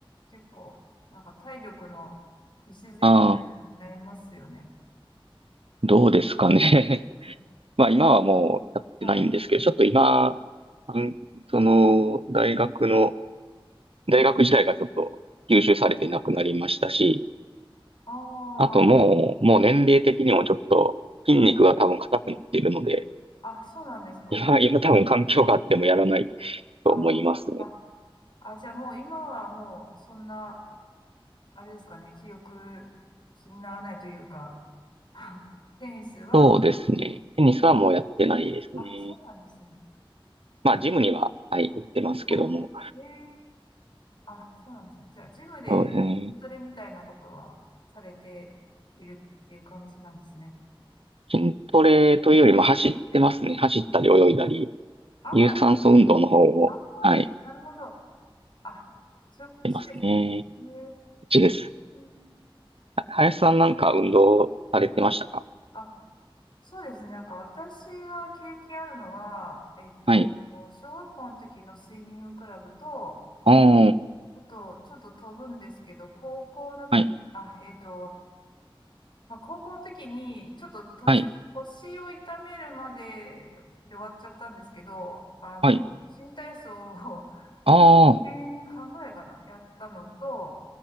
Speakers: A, on the left; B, on the right.
A: 結構、なんか体力の礎みたいになりますよね。
B: ああ、どうですかね。
A: うん
B: まあ今はもうやってないんですけど、
A: はい。
B: ちょっと今、うんその、大学の、大学時代がちょっと吸収されてなくなりましたし、
A: ああ、
B: あともう、もう年齢的にもちょっと筋肉が多分硬くなっているので、
A: はい。あ、そうなんですか。
B: 今、今多分環境があってもやらないと思いますね。
A: あ、あ、あ、じゃあもう今はもうそんな、あれですかね、記憶気にならないというか、<laughs> テニスは、
B: そうですね。テニスはもうやってないですね。
A: あ、そうなんですね。あ、
B: まあジムには、はい、行ってますけども、
A: あええあ、そうなんですね。じゃあジムで筋トレみたいなことはされているっていう感じなんですね。
B: そうですね。筋トレというよりも走ってますね。走ったり泳いだり、
A: ああ、
B: 有酸素運動の方を、
A: そういうことです。ああ、
B: はい、
A: なるほど。あ、そういうことですね。
B: てますね。い
A: え
B: ちです。
A: え
B: は林さんなんか運動されてましたか
A: あ、そうですね。なんか私が経験あるのは、えっと、
B: はい。
A: 小学校の時のスイミングクラブと、
B: ああ、
A: あと、ちょっと飛ぶんですけど、高校の時、
B: はい、
A: あ、えっと、まあ、高校の時に、ちょっと途中、
B: はい、
A: 腰を痛めるまでで終わっちゃったんですけど、あの、
B: はい。
A: 新体操を <laughs>
B: ああ、
A: 1年半ぐらいかな、やったのと、